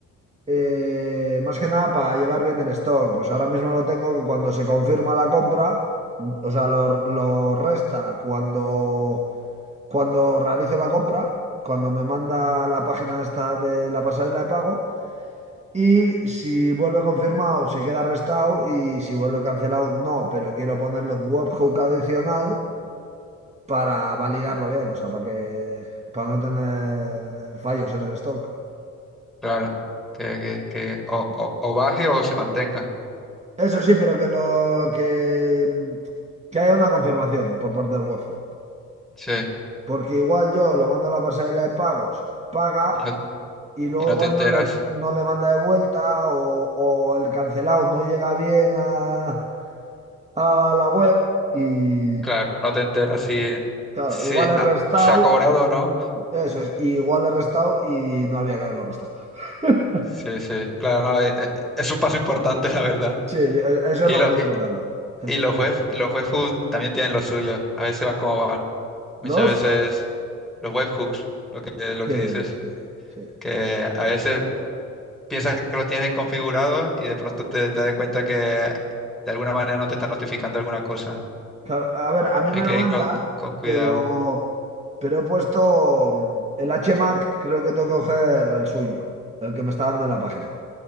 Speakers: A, on the right (about 20°); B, in the centre.
A: Eh, más que nada para llevar bien el stock. Pues ahora mismo lo tengo que cuando se confirma la compra, o sea, lo, lo resta cuando, cuando realizo la compra, cuando me manda la página esta de la pasarela de pago. Y si vuelve confirmado, se queda restado. Y si vuelve cancelado, no. Pero quiero ponerle un webhook adicional para validarlo bien, o sea, para que, para no tener fallos en el stock.
B: claro. Que, que, que o, o, o baje o se mantenga.
A: Eso sí, pero que lo que, que haya una confirmación por parte del webhook.
B: Sí.
A: Porque igual yo lo mando a la pasarela de pagos, paga
B: Y no,
A: y luego
B: y no
A: igual
B: te enteras.
A: no le, no le manda de vuelta o, o el cancelado no llega bien a, a la web y
B: Claro, no te enteras si,
A: claro,
B: si
A: igual he
B: ah,
A: restado,
B: se ha cobrado o no.
A: eso es, y igual he restado y no había que haberlo restado. <laughs>
B: Sí, sí, claro, no, eh, eh, es un paso importante, <laughs> la verdad.
A: Sí, e- eso
B: Y,
A: es lo
B: lo-
A: más importante. <laughs>
B: y, y los web, los webhooks también tienen lo suyo. A veces van como van. Muchas
A: Los,
B: veces los webhooks, lo que, lo
A: sí,
B: que dices,
A: sí, sí.
B: que a veces piensas que los tienes bien configurados y de pronto te, te das cuenta que de alguna manera no te está notificando alguna cosa.
A: Claro, a ver, a mí
B: Hay
A: me
B: que
A: lo manda,
B: ir con, con cuidado.
A: pero Pero he puesto mm, el HMAC, creo que tengo que coger el suyo, el que me está dando en la página.